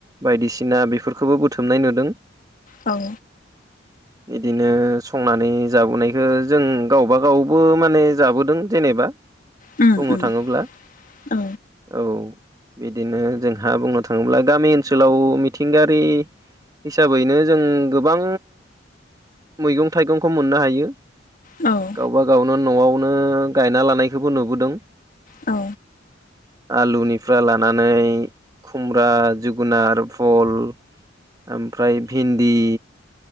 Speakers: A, on the right (about 20°); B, on the left (about 45°).
A: बायदिसिना बेफोरखौबो बुथुमनाय नुदों
B: औ
A: बिदिनो संनानै जाबोनायखौ जों गावबाागावबो माने जाबोदों जेनेबा बुंनो
B: उम उम
A: थाङोब्ला
B: औ
A: औ बिदिनो जोंहा बुंनो थाङोब्ला गामि ओनसोलाव मिथिंगायारि हिसाबैनो जों गोबां मैगं थाइगंखौ मोननो हायो
B: औ
A: गावबा गावनो न'आवनो गायना लानायखौबो नुबोदों
B: औ
A: आलुनिफ्राय लानानै खुमब्रा जो गुनार फल ओमफ्राय भिन्दि